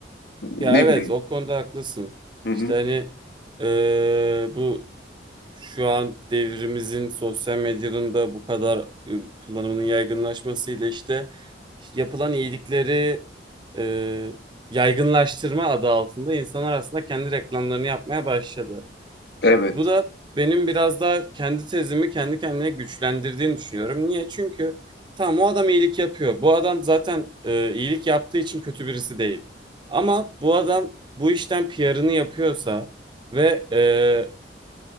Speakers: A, on the left; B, on the right.
A: Ne
B: Ya evet,
A: bileyim.
B: o konuda haklısın.
A: Hı
B: İşte
A: hı.
B: hani eee, bu şu an devrimizin sosyal medyanın da bu kadar e, kullanımının yaygınlaşmasıyla işte yapılan iyilikleri e, yaygınlaştırma adı altında insanlar aslında kendi reklamlarını yapmaya başladı.
A: Evet.
B: Bu da benim biraz daha kendi tezimi kendi kendine güçlendirdiğini düşünüyorum. Niye? Çünkü tam o adam iyilik yapıyor. Bu adam zaten e, iyilik yaptığı için kötü birisi değil. Ama bu adam bu işten PR'ını yapıyorsa ve e,